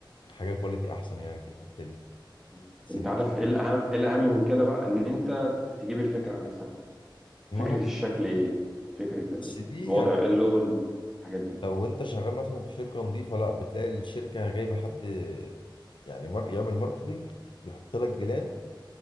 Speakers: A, on the left; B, in the centre.
A: حاجه كواليتي احسن يعني في الحته دي
B: مم.
A: احسن
B: انت
A: يعني
B: عارف ايه الاهم ايه الاهم من كده بقى ان انت ت- تجيب الفكره نفسها
A: ما
B: فكره
A: هو
B: الشكل ايه فكره
A: بس دي
B: الوضع
A: يعني
B: اللون الحاجات دي
A: لو انت شغال مثلا في شركه نظيفه لا بتلاقي الشركه جايبه حد يعني مار... يعمل ماركتينج يحط لك بلان